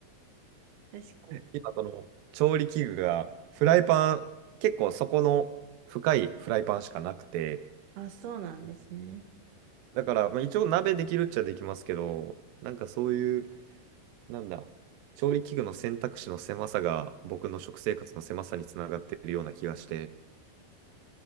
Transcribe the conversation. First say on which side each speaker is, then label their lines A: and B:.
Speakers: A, on the right; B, on the right.
A: かに。
B: 今その調理器具がフライパン、結構そこの深いフライパンしかなくて、
A: あ、そうなんですね。
B: だから、まあ、一応鍋できるっちゃできますけど、なんかそういうなんだ、調理器具の選択肢の狭さが僕の食生活の狭さにつながっているような気がして、